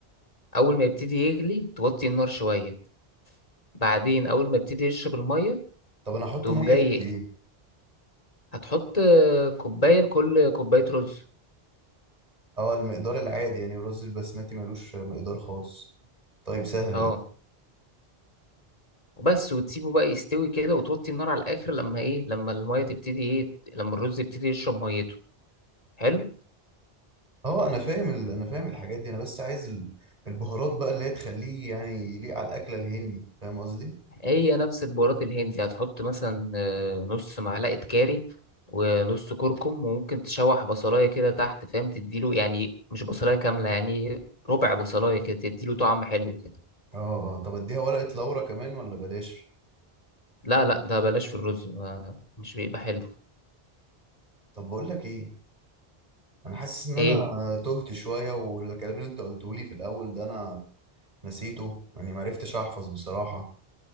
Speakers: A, on the left (about 35°); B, on the right (about 35°).
A: اول ما يبتدي يغلي توطي النار شوية بعدين اول ما يبتدي يشرب المية
B: طب انا احط
A: تقوم
B: ميه
A: جاي
B: قد ايه
A: هتحط آه، كوباية لكل كوباية رز
B: اه المقدار العادي يعني الرز البسمتي ملوش مقدار خاص طيب سهلة
A: اه
B: دي
A: وبس وتسيبه بقى يستوي كده وتوطي النار على الاخر لما ايه لما الميه تبتدي ايه لما الرز يبتدي يشرب ميته حلو
B: اه انا فاهم ال... انا فاهم الحاجات دي انا بس عايز ال- البهارات بقى اللي هي تخليه يعني يليق على الاكلة الهندي فاهم قصدي
A: هي نفس البهارات الهندي هتحط مثلا آه، نص معلقه كاري ونص كركم وممكن تشوح بصلايه كده تحت فاهم تديله يعني مش بصلايه كامله يعني ربع بصلايه كده تديله طعم حلو كده
B: اه اه طب اديها ورقة لورا كمان ولا بلاش
A: لا لا ده بلاش في الرز ما مش بيبقى حلو
B: طب بقول لك ايه انا حاسس ان انا
A: ايه
B: تهت شوية والكلام اللي انت قلته لي في الاول ده انا نسيته يعني ما عرفتش احفظ بصراحة